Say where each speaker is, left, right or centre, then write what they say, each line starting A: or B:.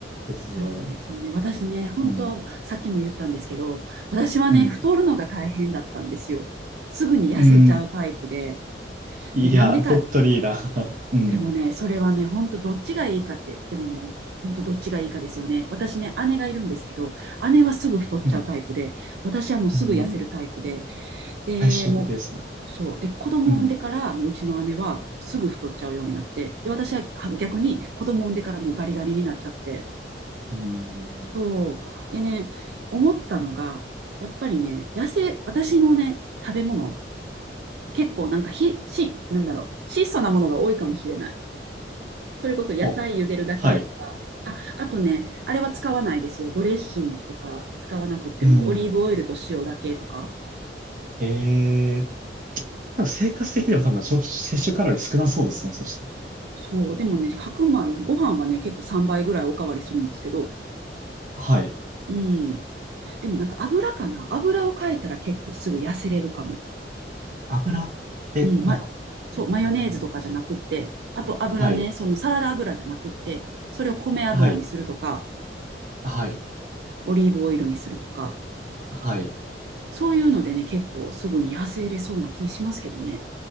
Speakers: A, on the right; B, on the right.
A: ですね、
B: そうですよね。私ね、本当、
A: うん、
B: さっきも言ったんですけど、私はね、
A: うん、
B: 太るのが大変だったんですよ。すぐに痩せちゃうタイプで。
A: うん、いや、
B: で、なんでか、
A: 本当にいーな。<laughs> うん、
B: でもね、それはね、本当どっちがいいかって、でもね、本当どっちがいいかですよね。私ね、姉がいるんですけど、姉はすぐ太っちゃうタイプで、
A: うん、
B: 私はもうすぐ痩せるタイプで、
A: うん、
B: で、
A: 対照的ですね。
B: もう、そう。で、子供産んでから、
A: うん。
B: もううちの姉はすぐ太っちゃうようになって、で、私はは逆に子供産んでからもうガリガリになっちゃって、
A: うん。
B: そう。でね、思ったのが、やっぱりね、野生、私のね、食べ物、結構なんかひ、し、なんだろう、質素なものが多いかもしれない。それこそ野菜茹でるだけとか、
A: あ、はい。
B: あ、あとね、あれは使わないですよ。ドレッシングとか使わなくっても、
A: うん。
B: オリーブオイルと塩だけとか。
A: ええで生活的にも多分、摂摂取カロリー少なそうですね。そして。
B: そう、でもね、白米、ご飯はね、結構3倍ぐらいおかわりするんですけど、
A: はい。
B: うん。でもなんか油かな。油を変えたら結構すぐ痩せれるかも。
A: 油え、
B: うん、
A: なんか、
B: ま、そう、マヨネーズとかじゃなくって、あと油ね、
A: はい。
B: そのサラダ油じゃなくって、それを米油にするとか、
A: はい。はい。
B: オリーブオイルにするとか、
A: はい。
B: そういうのでね、結構すぐに痩せれそうな気しますけどね。